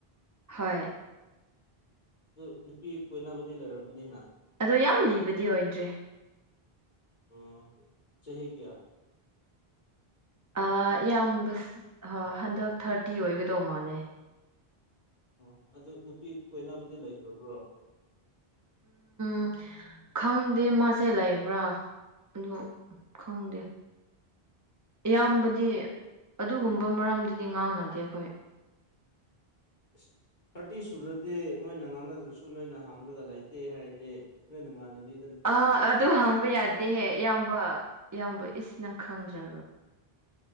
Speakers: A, on the right; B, on the left.
A: ꯍꯣꯏ
B: ꯑꯗꯨ ꯅꯨꯄꯤ ꯀꯣꯏꯅꯕꯗꯤ ꯂꯩꯔꯝꯒꯅꯤꯅ
A: ꯑꯗꯣ ꯌꯥꯝ ꯂꯤꯕꯗꯤ ꯑꯣꯏꯗ꯭ꯔꯤ
B: ꯑꯣ ꯆꯍꯤ ꯀꯌꯥ
A: ꯑ ꯏꯌꯥꯝꯕ ꯍꯟꯗꯛ ꯊꯥꯔꯇꯤ ꯑꯣꯏꯒꯗꯧ ꯃꯥꯜꯂꯦ
B: ꯑꯣ ꯑꯗꯨ ꯅꯨꯄꯤ ꯀꯣꯏꯅꯕꯗꯤ ꯂꯩꯈ꯭ꯔꯕ꯭ꯔꯣ
A: ꯎꯝ ꯈꯪꯗꯦ ꯃꯥꯁꯦ ꯂꯩꯕ꯭ꯔꯥ ꯑꯗꯨ ꯈꯪꯗꯦ ꯏꯌꯥꯝꯕꯗꯤ ꯑꯗꯨꯒꯨꯝꯕ ꯃꯔꯝꯗꯗꯤ ꯉꯥꯡꯅꯗꯦ ꯑꯩꯈꯣꯏ
B: ꯏꯁ ꯊꯥꯔꯇꯤ ꯁꯨꯔꯗꯤ ꯃꯣꯏꯅ ꯉꯥꯡꯅꯗ꯭ꯔꯁꯨ ꯅꯣꯏꯅ ꯍꯥꯡꯔꯒ ꯂꯩꯇꯦ ꯍꯥꯏꯔꯗꯤ ꯂꯩꯅ ꯃꯥꯅꯕꯤ
A: ꯑ ꯑꯗꯨ ꯍꯪꯕ ꯌꯥꯗꯦꯍꯦ ꯏꯌꯥꯝꯕ ꯏꯌꯥꯝꯕ ꯏꯁꯅ ꯈꯪꯗ꯭ꯔꯕ